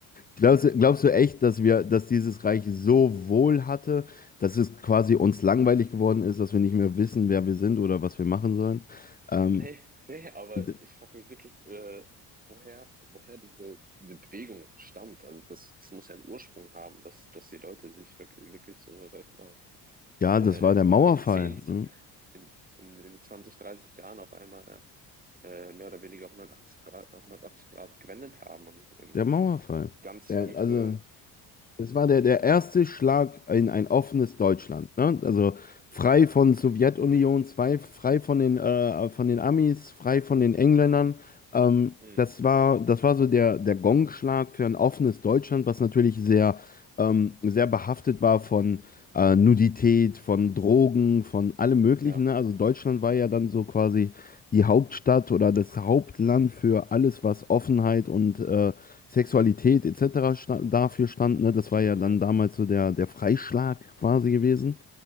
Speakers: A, on the left; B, on the right.
A: glaubst, du- glaubst du echt, dass wir, dass dieses Reich so wohl hatte, dass es quasi uns langweilig geworden ist, dass wir nicht mehr wissen, wer wir sind oder was wir machen sollen? Ähm,
B: Nee, nee, aber
A: d-
B: ich frage mich wirklich, äh, woher, woher diese, diese Bewegung stammt. Also das, das muss ja einen Ursprung haben, dass, dass die Leute sich wirklich, wirklich so, sag ich mal,
A: ja,
B: äh,
A: das war der Mauerfall.
B: in 10
A: Ne?
B: in, in, in 20, 30 Jahren auf einmal äh, mehr oder weniger 180 Grad, 180 Grad gewendet haben und in
A: Der Mauerfall.
B: ganz
A: Der,
B: verrückte
A: also. Das war der, der erste Schlag in ein offenes Deutschland. Ne? Also frei von Sowjetunion, zwei, frei von den, äh, von den Amis, frei von den Engländern. Ähm,
B: Mhm.
A: das war, das war so der, der Gongschlag für ein offenes Deutschland, was natürlich sehr, ähm, sehr behaftet war von äh, Nudität, von Drogen, von allem Möglichen.
B: Ja,
A: Ne? Also Deutschland war ja dann so quasi die Hauptstadt oder das Hauptland für alles, was Offenheit und äh, Sexualität etc. Sta dafür stand. Ne? Das
B: stimmt,
A: war ja dann
B: ja.
A: damals so der, der Freischlag quasi gewesen